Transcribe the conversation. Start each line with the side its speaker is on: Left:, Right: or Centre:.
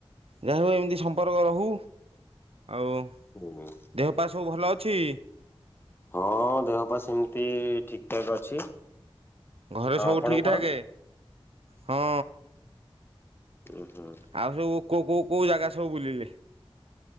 Right: ଯାହାହଉ ଏମିତି ସମ୍ପର୍କ ରହୁ। ଆଉ
Left: <inaudible>
Right: ଦେହପା ସବୁ ଭଲ ଅଛି?
Left: ହଁ ଦେହ ପା ସେମିତି ଠିକ୍ ଠାକ୍ ଅଛି।
Right: ଘରେ
Left: ଆଉ
Right: ସବୁ
Left: ଆପଣଙ୍କର?
Right: ଠିକ ଠାକ? ହଁ।
Left: ଓ ହୁଁ।
Right: ଆଉ ସବୁ କୋଉ କୋଉ କୋଉ ଜାଗା ସବୁ ବୁଲିଲେ?